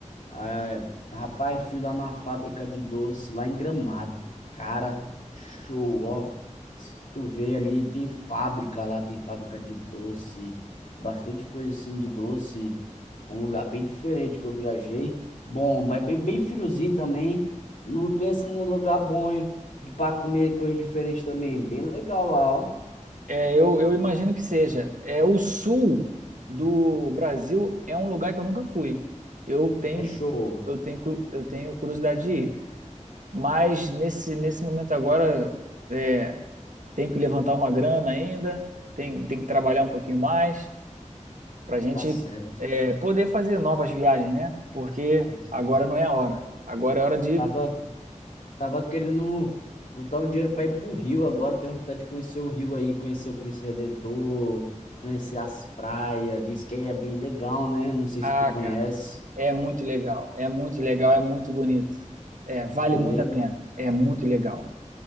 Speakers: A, on the left; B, on the right.
A: É, rapaz, fui lá na fábrica de doce, lá em Gramado. Cara, show, ó. Se tu vê ali, tem fábrica lá, tem fábrica de doce, bastante coisa assim de doce. Um lugar bem diferente que eu viajei. Bom, mas bem, bem friozinho também. Não pensa num lugar bom hein, de para comer coisa diferente também. Bem legal lá, ó.
B: É, eu, eu imagino que seja. É, o sul do Brasil é um lugar que eu nunca fui. Eu tenho,
A: É show.
B: eu tenho, cu- eu tenho curiosidade de ir. Mas nesse, nesse momento agora. é, tenho que levantar uma grana ainda, tem, tem que trabalhar um pouquinho mais para a gente
A: Tá certo,
B: é, poder fazer novas viagens, né? Porque
A: tá certo.
B: agora não é a hora. Agora é hora de.
A: Eu tava Tava querendo juntar um dinheiro para ir pro Rio agora. Tenho vontade de conhecer o Rio aí, conhecer o Cristo Redentor, conhecer as praias. Diz que aí é bem legal, né? Não sei
B: Ah,
A: se tu conhece.
B: cara, é muito legal, é muito legal, é muito bonito. É, vale
A: É mesmo.
B: muito a pena, é muito legal.